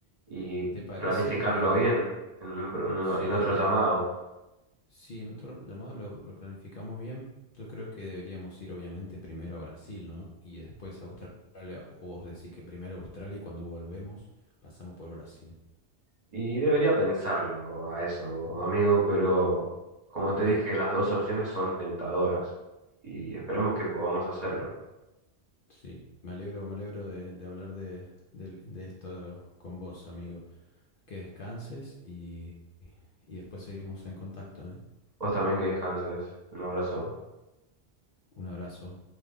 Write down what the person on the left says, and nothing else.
¿te parece
si
desde,
si en otro llamado lo, lo planificamos bien? Yo creo que deberíamos ir obviamente primero a Brasil, ¿no? Y después a Australia, o vos decís que primero Australia y cuando volvemos pasamos por Brasil.
Ujú.
Sí, me alegro, me alegro de, de hablar de, del- de esto con vos, amigo. Que descanses y, y después seguimos en contacto, ¿eh?
Un abrazo.